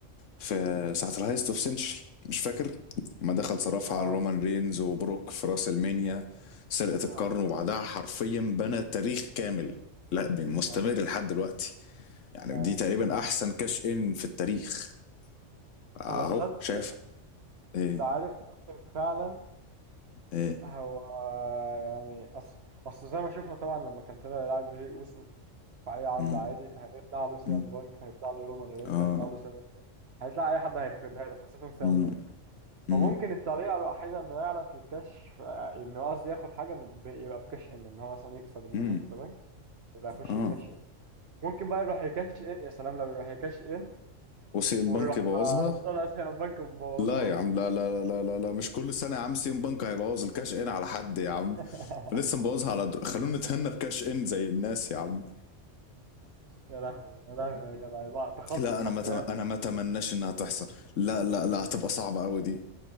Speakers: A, on the left; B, on the right.
A: في ساعة الهايست اوف سنشري مش فاكر ما دخل صرفها
B: اه
A: على رومان رينز وبروك في راس المانيا سرقة القرن
B: اه
A: وبعدها حرفيا بنى تاريخ كامل لا مستمر
B: آه.
A: لحد دلوقتي يعني
B: آه.
A: دي تقريبا احسن كاش ان في التاريخ اهو
B: هو تصدق
A: شايف
B: ده
A: ايه
B: انت عارف ممكن فعلا
A: ايه
B: هو يعني اصل اصل زي ما شفنا طبعا لما كان طلع يلعب بجي اوسو في اي عرض
A: مم،
B: عادي هيطلع له سيام
A: مم.
B: بانك هيطلع له رومان رينز
A: اه
B: هيطلع له سامي زين هيطلع اي حد هيخربها له خاصه سيام
A: امم
B: بانك
A: امم
B: وممكن الطريقه الوحيده انه يعرف يكشف انه قصدي ياخد حاجه انه ب- يبقى بكاش ان ان هو مثلا يكسب الماني
A: امم
B: ان ذا بانك يبقى يخش
A: اه
B: يكاش ان، ممكن بقى يروح يكاش ان يا سلام لو يروح يكاش ان
A: وسي ام
B: ويروح
A: بنك بوظها
B: طلع سهم بنك مبوظها
A: لا يا عم
B: له
A: لا لا لا لا لا, لا. مش كل سنه يا عم سي ام بنك هيبوظ الكاش ان على حد يا عم
B: <laughs>
A: لسه مبوظها على در... خلونا نتهنى بكاش ان زي الناس يا عم
B: يا لهوي يا لهوي يا جدع لا تخصص
A: لا انا
B: حرفيا
A: ما مت... انا ما اتمناش انها تحصل لا لا لا هتبقى صعبه قوي دي